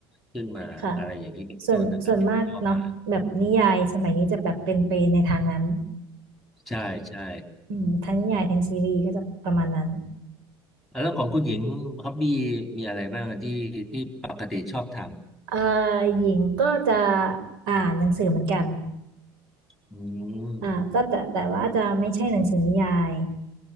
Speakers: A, in the centre; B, on the right.
A: ขึ้นมาอะไรอย่างนี้เป็นต้นนะครับผมชอบอ่าน
B: ค่ะส่วนส่วนมากเนาะแบบนิยายสมัยนี้จะแบบเป็นไปในทางนั้น
A: ใช่ใช่
B: อืมทั้งนิยายทั้งซีรีส์ก็จะประมาณนั้น
A: แล้วของคุณหญิงฮ็อบบี้มีอะไรบ้างที่ที่ปกติชอบท
B: เอ่อหญิงก็จะอ่านหนังสือเหมือนกัน
A: ำอืม
B: อ่าแต่แต่แต่ว่าจะไม่ใช่หนังสือนิยาย